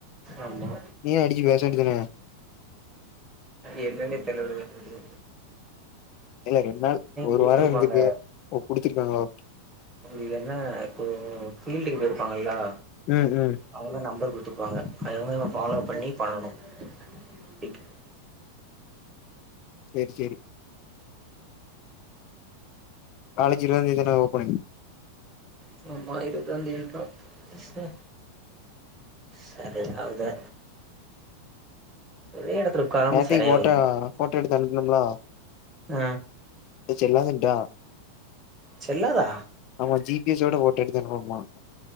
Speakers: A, on the right; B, on the left.
A: ஆமா
B: நீ அடிச்சி பேச வேண்டிதன
A: என்னன்னே தெர்ல ப்ரோ இது
B: ஏல ரெண் நாள் ஒரு
A: குடுத்துருப்பாங்க
B: வாரோ இர்ந்துருக்கு ஓ குடிச்சிர்க்காங்களோ
A: இது என்ன இப்போ ஃபீல்டுக்கு போய்ர்ப்பாங்கள்ளா
B: ம் ம்
A: அதுல நம்பர் குடுத்துருப்பாங்க அதுல நம்ம ஃபாலோ பண்ணி பண்ணணும் தேங்க்யூ
B: சேரி சேரி காலேஜ் எல்லாம் இன்னைக்கு தானே ஓப்பனிங்
A: சும்மா இருக்க வேண்டியது இருக்கு சே செரி அவக ஒரே எடத்துல உக்காராம
B: நேத்திக்கு
A: சரியாவுது
B: போட்டோ போட்டோ எடுத்து அனுப்பணுமுல
A: ஆ
B: சொல்லனும்டா <unintelligible>
A: செல்லாதா
B: ஆமா ஜி பி எஸ் ஸோட ஃபோட்டோ எடுத்தியானுப் பாப்பான்